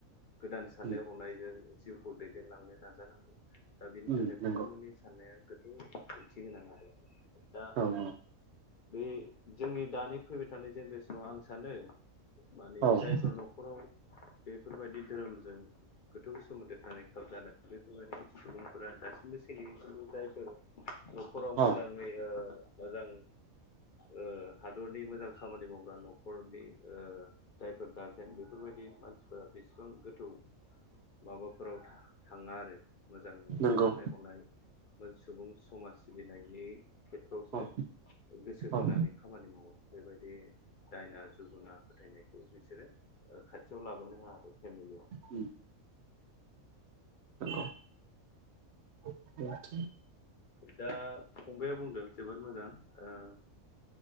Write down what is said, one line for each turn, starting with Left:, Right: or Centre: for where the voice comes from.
Left: गोदान साननाय
Right: उम
Left: हनायजों जिउखौ दैदेनलांनो नाजानांगौ दा बिनि
Right: उम
Left: थाखाय बिथांमोननि
Right: नंगौ
Left: साननाया गो दिन्थि गोनां आरो दा
Right: औ औ
Left: बे जोंनि दानि फैबाय थानाय जेनेरेसनाव आं सानो माने
Right: औ
Left: जायफोर न'खराव बेफोरबायदि धोरोमजों गोथौ सोमोन्दो थानाय खाबजानाय बेफोरबायदि सुबुंफोरा दासिमबो सोलियो बेफोरखौ जायफोर न'खराव मोजाङै
Right: औ
Left: ओ मोजां ओ हादरनि मोजां खामानि मावग्रा न'खरनि ओ जायफोर गारजेन बेफोरबायदि मानसिफोरा बेसेबां गोथौ माबाफोराव थाङा आरो मोजां
Right: नंगौ
Left: साननाय हनाय मोजां सुबुं समाज सिबिनायनि खेथ्र'आवसो
Right: औ
Left: गोसो होनानै
Right: औ
Left: खामानि मावो बेबायदि दायना जुग गुना फोथायनायखौ बिसोरो ओ खा थिआव लाबोनो होआ फेमिलियाव
Right: उम नंगौ <unintelligible>
Left: दा फंबाया बुंदों जोबोद मोजां ओ